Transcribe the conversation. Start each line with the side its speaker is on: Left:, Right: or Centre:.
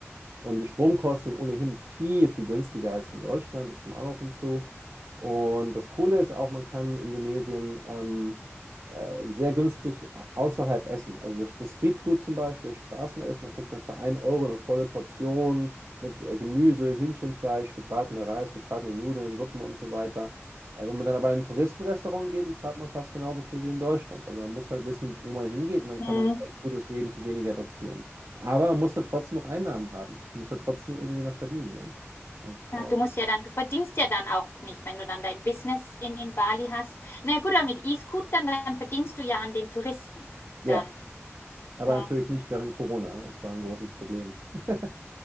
Right: Und die Stromkosten sind ohnehin viel, viel günstiger als in Deutschland. Das kommt auch noch hinzu. Und das Coole ist auch, man kann in Indonesien ähm, äh, sehr günstig außerhalb essen. Also das, das Streetfood zum Beispiel, das Straßenessen, da kriegt man für 1 Euro eine volle Portion mit äh, Gemüse, Hühnchenfleisch, gebratener Reis, gebratene Nudeln, Suppen und so weiter. Äh, Wenn man dann aber in ein Touristenrestaurant geht, dann zahlt man fast genauso viel wie in Deutschland. Also man muss halt wissen, wo man hingeht und dann
Left: Mhm.
Right: kann man ein echt gutes Leben für weniger dort führen. Aber man muss da trotzdem noch Einnahmen haben. Man muss da trotzdem irgendwie noch verdienen. Ne? Also,
Left: Ja, du musst ja dann, du verdienst ja dann auch nicht, wenn du dann dein Business in, in Bali hast. Na gut, aber mit E-Scootern, dann verdienst du ja an den Touristen.
Right: ja,
Left: Dann,
Right: aber
Left: hm.
Right: natürlich nicht während Corona. Das war ein großes Problem. <laughs>